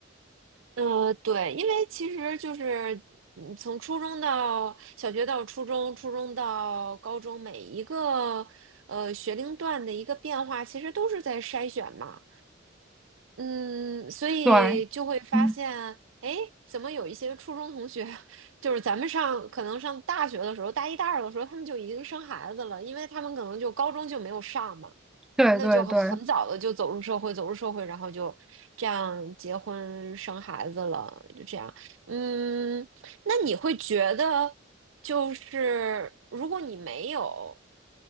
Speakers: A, on the right (about 75°); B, in the centre.
A: 呃，对，因为其实就是嗯从初中到小学到初中，初中到高中，每一个呃学龄段的一个变化，其实都是在筛选嘛。嗯，所以就会发现，
B: 对，嗯，
A: 哎，怎么有一些初中同学，<laughs> 就是咱们上可能上大学的时候，大一大二的时候，他们就已经生孩子了，因为他们可能就高中就没有上嘛。
B: 对对对。
A: 那就很很早的就走入社会，走入社会，然后就这样结婚生孩子了，就这样。嗯，那你会觉得，就是如果你没有